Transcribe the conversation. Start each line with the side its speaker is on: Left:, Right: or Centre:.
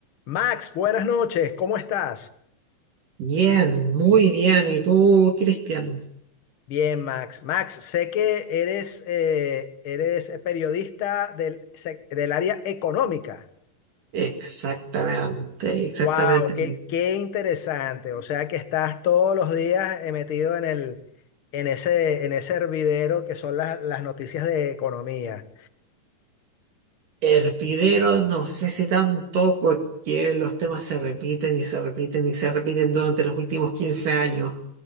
Left: Max, buenas noches, ¿cómo estás?
Right: Bien, muy bien. ¿Y tú, Cristian?
Left: Bien, Max. Max, sé que eres, eh, eres eh, periodista del, sec- del área económica.
Right: Exactamente, exactamente.
Left: ¡Wow! Qué, qué interesante! O sea que estás todos los días eh, metido en el, en ese, en ese hervidero que son las, las noticias de economía.
Right: Hervidero, no sé si tanto porque los temas se repiten y se repiten y se repiten durante los últimos 15 años,